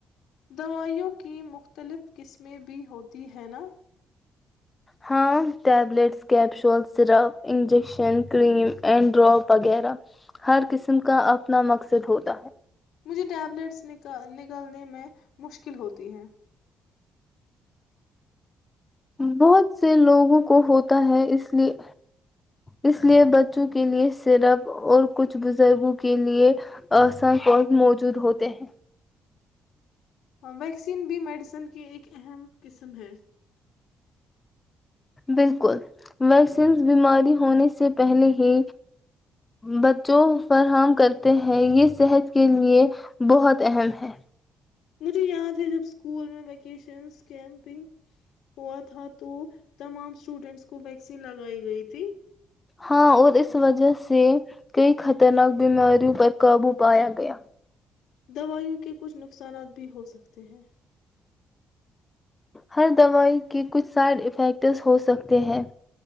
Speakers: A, on the left (about 80°); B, on the left (about 20°).
A: دوائیوں کی مختلف قسمیں بھی ہوتی ہیں نا
B: ہاں tablets capsule syrup injection cream and drop وغیرہ ہر قسم کا اپنا مقصد ہوتا ہے
A: مجھے ٹیبلیٹس ن نکلنے میں مشکل ہوتی ہیں
B: بہت سے لوگوں کو ہوتا ہے اس لیے اس لیے بچوں کے لیے سرپ اور کچھ بزرگوں کے لیے آساں موجود ہوتے ہیں
A: ہاں ویکسین بھی میڈیسن کی ایک اہم قسم ہے
B: بالکل ویکسین بیماری ہونے سے پہلے ہی بچوں فراہم کرتے ہیں یہ صحت کے لیے بہت اہم ہے
A: مجھے یاد ہے جب اسکول میں ویکیشنس کیمپنگ ہوا تھا تو تمام اسٹوڈینٹس کو ویکسین لگائی گئی تھی
B: ہاں اور اس وجہ سے سے کئی خطرناک بیماریوں پر قابو پایا گیا
A: دوائیوں کے کچھ نقصانات بھی ہو سکتے ہیں
B: ہر دوائی کے کچھ سائڈ افیکٹ س ہو سکتے ہیں